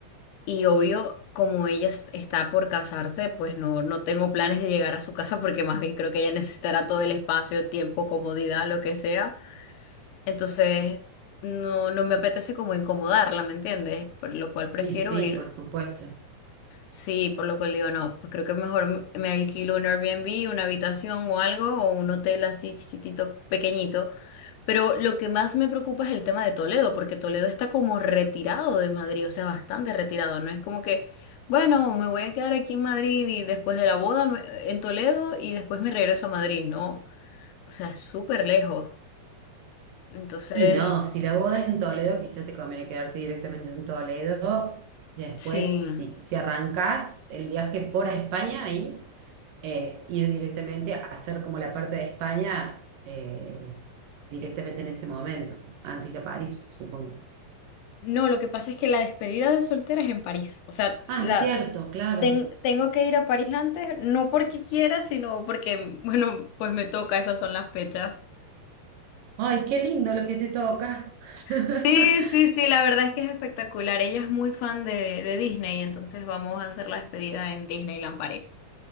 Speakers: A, on the left (about 80°); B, on the right (about 65°).
A: Y obvio, como ella s- está por casarse, pues no, no tengo planes de llegar a su casa porque más bien creo que ella necesitará todo el espacio, tiempo, comodidad, lo que sea. Entonces, no, no me apetece como incomodarla, ¿me entiendes? Por lo cual prefiero
B: y sí,
A: ir.
B: por supuesto.
A: Sí, por lo cual digo, no, pues creo que mejor me me alquilo un Airbnb, una habitación o algo, o un hotel así chiquitito, pequeñito. Pero lo que más me preocupa es el tema de Toledo, porque Toledo está como retirado de Madrid, o sea, bastante retirado. No es como que, bueno, me voy a quedar aquí en Madrid y después de la boda me- en Toledo y después me regreso a Madrid, no. O sea, es súper lejos. Entonces,
B: Y no, si la boda es en Toledo, quizá te conviene quedarte directamente en Toledo. Y después,
A: sí.
B: si, si arrancás el viaje por España, ahí, eh, ir directamente a hacer como la parte de España eh, directamente en ese momento, antes de ir a París, supongo.
A: No, lo que pasa es que la despedida de soltera es en París. O sea,
B: Ah,
A: la,
B: cierto, claro.
A: ten- tengo que ir a París antes, no porque quiera, sino porque, <laughs> bueno, pues me toca, esas son las fechas.
B: Ay, qué lindo lo que te toca. <laughs>
A: Sí, sí, sí, la verdad es que es espectacular. Ella es muy fan de, de Disney, entonces vamos a hacer la despedida en Disneyland París.